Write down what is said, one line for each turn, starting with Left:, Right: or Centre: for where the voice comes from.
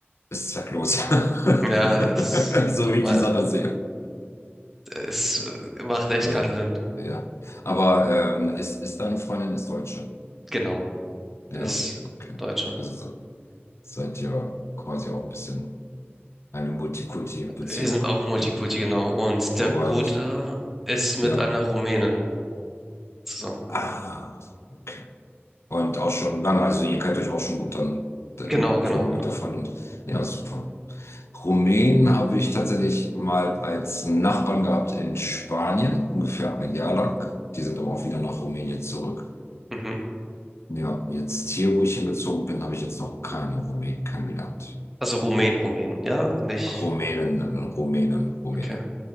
Left: ist zwecklos. <laughs>
Centre: Ja, es,
Left: So wie
Centre: mal,
Left: ich die Sache sehe.
Centre: es äh, macht echt
Left: Ja,
Centre: keinen Sinn.
Left: ja. Aber ähm, ist, ist deine Freundin ist Deutsche?
Centre: Genau,
Left: Ja,
Centre: ist
Left: okay.
Centre: Deutsche.
Left: Also se- seid ihr quasi auch ein bisschen eine Multikulti-Beziehung.
Centre: Wir sind auch Multikulti,
Left: ne?
Centre: genau. Und der
Left: Wobei
Centre: Bruder
Left: was,
Centre: ist mit
Left: ja.
Centre: einer Rumänin zusammen.
Left: Ah, okay. Und auch schon lange, also ihr kennt euch auch schon gut dann ähm,
Centre: Genau, genau,
Left: so mit
Centre: genau.
Left: der Freundin. Ja, super. Rumänen habe ich tatsächlich mal als Nachbarn gehabt in Spanien, ungefähr ein Jahr lang. Die sind aber auch wieder nach Rumänien zurück.
Centre: Mhm.
Left: Ja, jetzt hier, wo ich hingezogen bin, habe ich jetzt noch keine Rumänen kennengelernt.
Centre: Also Rumänen, Rumänen, ja, nicht.
Left: Rumänen, Rumänen, Rumänen.
Centre: Okay.